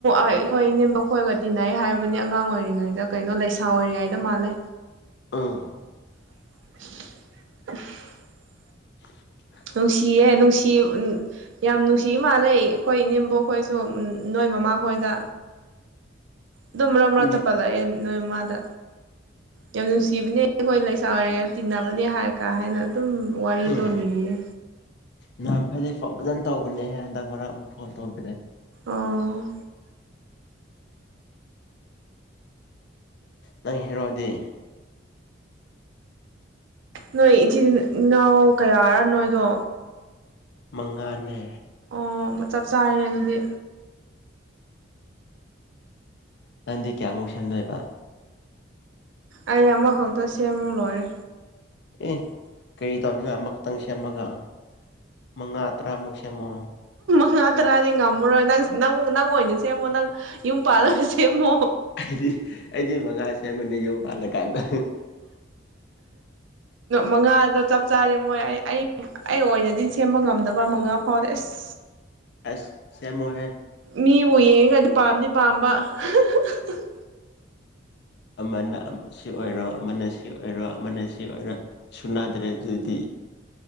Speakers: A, on the right (about 70°); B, on the left (about 60°).
A: ꯑꯩꯈꯣꯏ ꯏ ꯅꯦꯝꯕ ꯈꯣꯏꯔꯒ ꯇꯤꯟꯅꯩ ꯍꯥꯏꯕꯅꯤ ꯑꯉꯥꯡ ꯑꯣꯏꯔꯤꯉꯩꯗ ꯀꯩꯅꯣ ꯂꯩꯁꯥ ꯑꯣꯏꯔꯤꯉꯩꯗ ꯃꯥꯜꯂꯦ
B: ꯑꯥ
A: <unintelligible>
B: <unintelligible>
A: ꯅꯨꯡꯁꯤꯌꯦꯦ ꯅꯨꯡꯁꯤ ꯌꯥꯝ ꯅꯨꯡꯁꯤ ꯃꯥꯜꯂꯦ ꯑꯩꯈꯣꯏ ꯏꯅꯦꯦꯝꯕ ꯈꯣꯏꯁꯨ ꯅꯣꯏ ꯃꯃꯥ ꯈꯣꯏꯗ ꯑꯗꯨꯝ꯭ꯔꯝ꯭ꯔ
B: ꯎꯝ
A: ꯇꯄꯂ ꯌꯦ ꯅ ꯏꯃꯗ ꯌꯥꯝ ꯅꯨꯡꯁꯤꯕꯅꯦ ꯑꯩꯈꯣꯏ ꯂꯩꯁꯥ ꯑꯣꯏꯔꯤꯉꯩ ꯇꯤꯟꯅꯕꯅꯦ ꯍꯥꯏꯔ ꯀ ꯍꯥꯏꯅ ꯑꯗꯨꯝ ꯋꯥꯔꯤꯔꯤ
B: ꯎꯝ
A: ꯇꯅꯤꯔꯤꯦ
B: ꯅꯍꯥꯟ ꯃꯈꯩꯗꯤ ꯐꯣꯟ ꯐꯖꯅ ꯇꯧꯕꯅꯦꯍꯦ ꯍꯟꯗꯛ ꯃꯔꯛ ꯑꯃꯨꯛ ꯐꯣꯟ ꯇꯧꯗꯔꯦ
A: ꯑꯣ
B: ꯅꯪ ꯍꯔꯑꯣꯗꯤ
A: ꯅꯣꯏ ꯏꯆꯤꯟ ꯏꯅꯥꯎ ꯀꯌꯥꯔ ꯅꯣꯏꯗꯣ
B: ꯃꯉꯥꯅꯦ
A: ꯑꯣ ꯆꯞ ꯆꯥꯔꯅꯦ ꯑꯗꯨꯗꯤ
B: ꯅꯥꯟꯗꯤ ꯀꯌꯥꯃꯨꯛ ꯁꯦꯝꯗꯣꯏꯕ
A: ꯑꯩ ꯑꯃꯈꯛꯇ ꯁꯦꯝꯃꯨ ꯂꯣꯏꯔꯦ
B: ꯑꯦ ꯀꯩ ꯇꯧꯅꯤꯡꯉ ꯑꯃ ꯇꯪꯁꯤꯃꯒ ꯃ ꯉꯥ ꯇ꯭ꯔꯥꯃꯨꯁꯦꯃꯣ
A: ꯉꯥ ꯇꯔꯥꯗꯤꯩ ꯉꯝꯃꯔꯣꯏ ꯅꯪꯪ ꯅꯪ ꯑꯣꯏꯅ ꯁꯦꯝꯃꯣ ꯅꯪ ꯌꯨꯝ ꯄꯥꯜꯂꯒ ꯁꯦꯝꯃꯣ
B: ꯑꯩꯗꯤ ꯑꯩꯗꯤ ꯃꯉꯥ ꯁꯦꯝꯕꯅꯤ ꯌꯨꯝ ꯄꯥꯜꯂꯀꯥꯟꯗ
A: ꯃꯉꯥꯗꯣ ꯆꯞ ꯆꯥ ꯌꯥꯔꯦ ꯃꯣꯏ ꯑꯩ ꯑꯩ ꯑꯩ ꯑꯣꯏꯅꯗꯤ ꯁꯦꯝꯕ ꯉꯝꯗꯕ ꯃꯉꯥ ꯐꯥꯎꯗꯤ ꯑꯁ
B: ꯑꯁ ꯁꯦꯃꯣꯍꯦ
A: ꯃꯤꯕꯨ ꯌꯦꯡꯒꯗꯤ ꯄꯥꯝꯗꯤ ꯄꯥꯝꯕ <unintelligible>
B: ꯑꯃꯅ ꯁꯤ ꯑꯣꯏꯔꯣ ꯑꯃꯅ ꯁꯤ ꯑꯣꯏꯔꯣ ꯑꯃꯅ ꯁꯤ ꯑꯣꯏꯔꯣ ꯁꯨꯅꯥꯗ꯭ꯔꯦ ꯑꯗꯨꯗꯤ